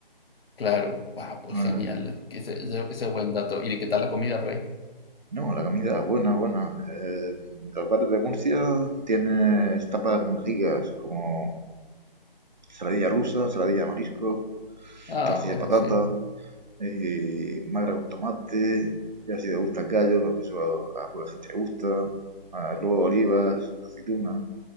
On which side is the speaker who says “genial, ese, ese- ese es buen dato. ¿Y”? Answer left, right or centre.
Left